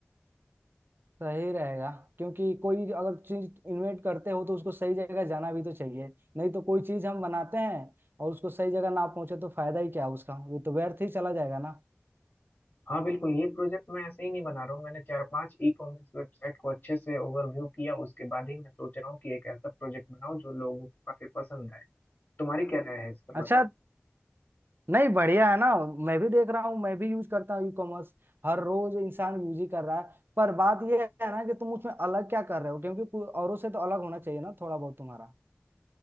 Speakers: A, on the right; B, on the left.
A: सही रहेगा क्योंकि कोई अगर चीज इन्वेंट करते हो तो उसको सही जगह जाना भी तो चाहिए नहीं तो कोई चीज हम बनाते हैं और उसको सही जगह ना पहुंचे तो फायदा ही क्या उसका वो तो व्यर्थ ही चला जाएगा ना
B: हाँ बिल्कुल ये प्रोजेक्ट मैं ऐसे ही नहीं बना रहा हूँ मैंने चार पांच ई कॉमर्स वेबसाइट को अच्छे से ओवरव्यू किया उसके बाद ही मैं सोच रहा हूँ कि एक ऐसा प्रोजेक्ट बनाऊं जो लोगों को काफी पसंद आए तुम्हारी क्या राय है इस पर
A: अच्छा
B: बताओ
A: नहीं बढ़िया है ना मैं भी देख रहा हूँ मैं भी यूज करता हूँ ई कॉमर्स हर रोज इंसान यूज ही कर रहा है पर बात यह है ना कि तुम उसमें अलग क्या कर रहे हो क्योंकि कोई औरों से तो अलग होना चाहिए ना थोड़ा बहुत तुम्हारा